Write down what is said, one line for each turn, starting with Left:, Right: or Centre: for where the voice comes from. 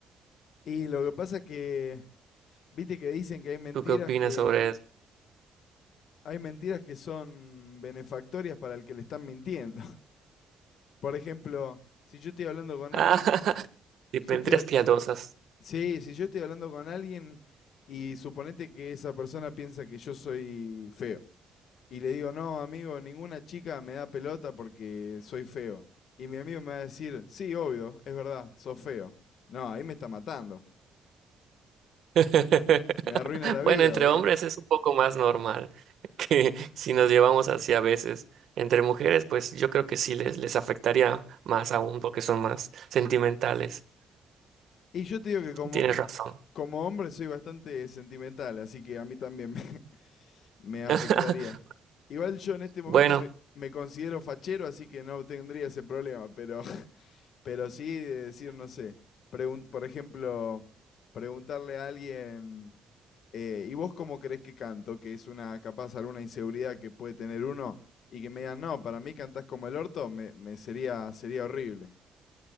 Left: Y lo que pasa que, viste que dicen que hay mentiras
Right: ¿Tú qué opinas
Left: que
Right: sobre eso? <laughs>
Left: hay mentiras que son benefactorias para el que le están mintiendo. <laughs> Por ejemplo, si yo estoy hablando con
Right: Ah,
Left: alguien,
Right: <laughs> y
Left: yo
Right: mentiras
Left: estoy
Right: piadosas.
Left: sí, si yo estoy hablando con alguien y suponete que esa persona piensa que yo soy feo y le digo, "No, amigo, ninguna chica me da pelota porque soy feo." Y mi amigo me va a decir, "Sí, obvio, es verdad, sos feo." No, ahí me está matando.
Right: <laughs>
Left: Me arruina la vida,
Right: Bueno, entre
Left: boludo.
Right: hombres es un poco más normal <laughs> que si nos llevamos así a veces. Entre mujeres, pues yo creo que sí les, les afectaría más aún porque son más sentimentales.
Left: Y yo te digo que como,
Right: Tienes razón.
Left: como hombre soy bastante sentimental, así que a mí también me, <laughs> me afectaría.
Right: <laughs>
Left: Igual yo en este momento
Right: Bueno,
Left: me, me considero fachero, así que no tendría ese problema, pero, <laughs> pero sí de decir, no sé, pregun- por ejemplo, preguntarle a alguien, eh, ¿y vos cómo crees que canto? Que es una capaz alguna inseguridad que puede tener uno, y que me digan, no, para mí cantás como el orto, me, me sería, sería horrible.